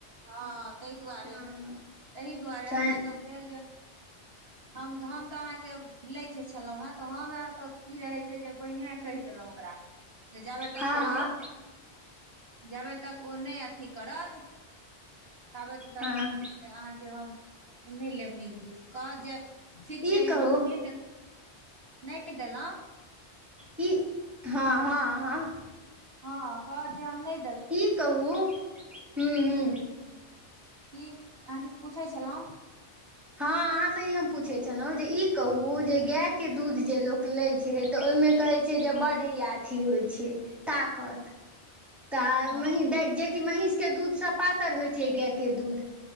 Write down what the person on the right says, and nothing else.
हँ तय दुआरे
तही दुआरे हमरा
तऽ भेल जे हम तऽ अहाँके लै जे छलहुं। हें तऽ हमरा तऽ की रहे छै। जे पहिने कहि देलहुं ओकरा जे जाबे तक
ओ
जाबे तक ओ नय अथी करत तबै तक
से अहाँके हम नय लेब नीक दूध कह जे ठीक
छै
हम नहि देल नहि देल
हँ कह जे हम नय
की अहाँ किछ पूछै छलहुँ
हँ